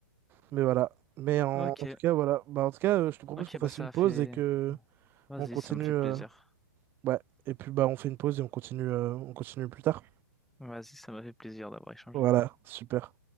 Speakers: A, on the right; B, in the centre.
A: Mais voilà. Mais en,
B: Ok,
A: en tout cas voilà, bah en tout cas euh, je te propose
B: ok,
A: qu'on fasse
B: bah ça
A: une
B: a
A: pause
B: fait.
A: et que
B: Vas-y,
A: on continue,
B: ça me fait
A: euh,
B: plaisir.
A: ouais. Et puis bah on fait une pause et on continue, euh, on continue plus tard.
B: Vas-y, ça m'a fait plaisir d'avoir échangé.
A: Voilà, super.